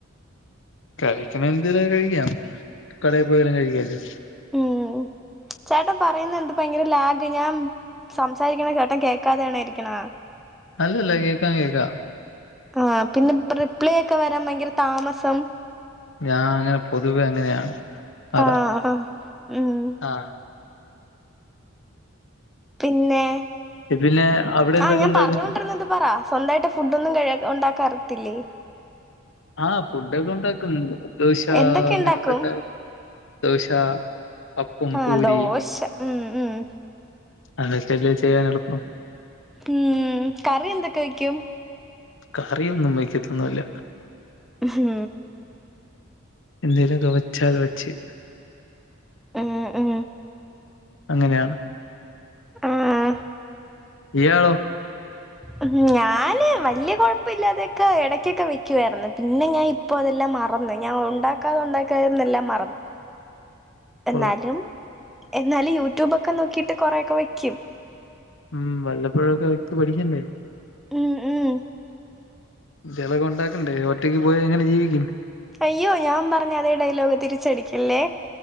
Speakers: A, on the left (about 65°); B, in the centre.
A: കഴിക്കണം എന്തേല കഴിക്കാം കടയിൽ പോയാലും കഴിക്കോലോ
B: ഉം ചേട്ടാ പറയുന്ന എന്ത് ഭയങ്കര ലാഗ് ഞാൻ സംസാരിക്കണ കേട്ടും കേക്കാതെണൊയിരിക്കണാ
A: അല്ലല്ല കേക്കാൻ കേൾക്കാം
B: ആഹ് പിന്നെ റിപ്ലേ ഒക്കെ വരാൻ ഭയങ്കര താമസം
A: ഞാൻ അങ്ങനെ പൊതുവെ എങ്ങനെയാണ് അതാ
B: ആഹ് ഉം
A: ആ
B: പിന്നെ
A: പിന്നെ അവിടെ എന്തൊക്കെ
B: ആ ഞാൻ
A: ഉണ്ടാക്കും
B: പറഞ്ഞോൊണ്ടിരന്ന ഇത് പറ സ്വന്തമായിട്ട് ഫുഡ് ഒന്നും കഴ ഉണ്ടാക്കാറിയത്തില്ലേ
A: ആഹ് ഫുഡൊക്കെ ഉണ്ടാക്കും ദോശ
B: എന്തൊക്കെ ഉണ്ടാക്കും
A: ങ്ങനത്തൊക്കെ ദോശ അപ്പം
B: ആഹ്
A: പൂരി
B: ദോശ ഉം ഉം
A: അതക്കല്ലെ ചെയ്യാൻ എളുപ്പം
B: ഉം കറി എന്തൊക്കെ വെയ്ക്കും?
A: കറിയൊന്നും വയ്ക്കത്തൊന്നുല്ല
B: ഹ്മ്മ്
A: എന്തേലുക്കെ വെച്ചാൽ വച്ച്
B: ഉം ഉ
A: അങ്ങനെയാണ്
B: ആഹ
A: ഇയാളോ
B: ഉ ഞാന് വല്യയ കൊഴപ്പല്ലാതെക്കെ ഇടക്കൊക്കെ വെക്കുവായിന്ന് പിന്നെ ഞാൻ ഇപ്പോൊ അതെല്ലാം മറന്ന് ഞാൻ ഉണ്ടാക്കാതെ ഉണ്ടാക്കാതിരുന്നെല്ലാം മറന്ന്
A: കൊള്ളാം
B: എന്നാലും എന്നാലും യൂട്യൂബ ഒക്കെ നോക്കിട്ട് കൊറെയൊക്കെ വെക്കും
A: ഉം വല്ലപ്പോഴൊക്കെ വെക്ക് പഠിക്കണ്ടേ
B: ഉം, ഉം.
A: ചിലപ്പോ ഉണ്ടാക്കണ്ടേ ഒറ്റക്ക് പോയ എങ്ങനെ ജീവിക്കും
B: അയ്യോ ഞാൻ പറഞ്ഞ അതേ ഡൈലോഗ് തിരിച്ചടിക്കല്ലേ